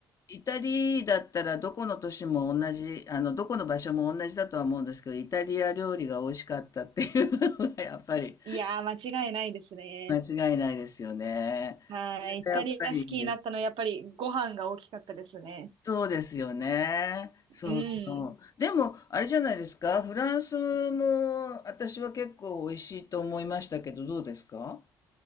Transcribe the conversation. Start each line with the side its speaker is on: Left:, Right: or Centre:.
Left: イタリだったらどこの都市も同じ、あの、どこの場所も同じだとは思うんですけど、イタリア料理が美味しかったっていうのがやっぱり
Right: いやー、間違いないですね。
Left: 間違いないですよね。
Right: はい。
Left: それがやっぱりいいです。
Right: イタリア好きになったのはやっぱりご飯が大きかったですね。
Left: そうですよね。そうそう。
Right: うん。
Left: でも、あれじゃないですか、フランスも私は結構美味しいと思いましたけど、どうですか